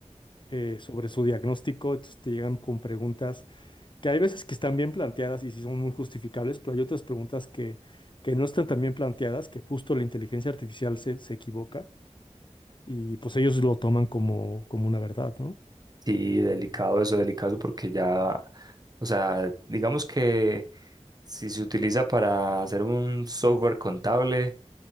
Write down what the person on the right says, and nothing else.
Sí, delicado eso, delicado porque ya, o sea, digamos que si se utiliza para hacer un software contable,